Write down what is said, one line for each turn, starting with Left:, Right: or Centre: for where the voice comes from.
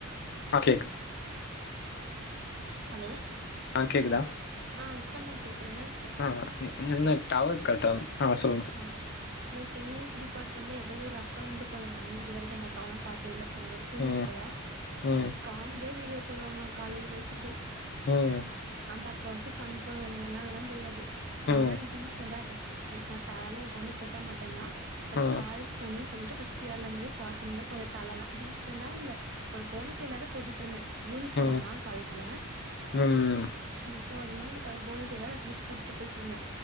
Left: ஆகே
Right: ஹலோ
Left: ஆ கேக்குதா
Right: ஆ இப்பந்தா கேக்குது என்னாச்சு
Left: அ இ இல்ல டவர் கட்டாவ் அ அ சொல்லுங்க சார்
Right: ஒ லைக் எங்களுக்கு டிபாட்மெண்ட்ல எதோ ஒரு அக்காவுண்டு போல நாங்க இது வரைக்கு அந்த அக்காவலா பாத்த இல்ல எங்களோட சீனியர்
Left: ம்
Right: போல
Left: ம்
Right: லைக் காம்டியா வீடியோ போடுவாங்களா காலேஜ்ல வெச்சுட்டு
Left: ம்
Right: அந்த அக்கா வெச்சு ஃபன் பண்ணுவோ எங்களுக்குலா அதெல்லா தெரியாது நாலா
Left: ம்
Right: டீசென்ட்டா ஃபஸ் டு லைக் நா தலலா எப்பவுமே கெட்ட மாட்டந்தா பட்
Left: ம்
Right: காலேஜ் போணுன் சொல்லிட்டு ஃபஸ்ட் இயர்லெந்து ஸ்டாடிங்ல கொஞ்ச தலலா டீசண்டாவு இல்ல ஒரு போனிட்டெய்லாது போட்டுட்ருந்தே யூனிஃபாம்தா
Left: ம்
Right: காலேஜில
Left: ம்
Right: ம் சோ அது மாரி ஒரு போனிடெய்லாது அட்லீஸ் போட்டு போய்ட்ருந்தே